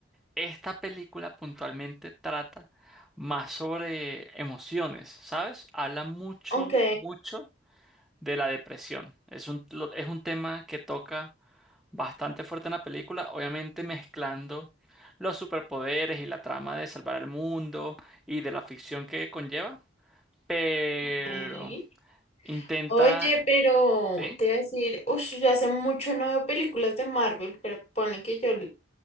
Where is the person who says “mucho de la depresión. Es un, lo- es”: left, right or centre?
Centre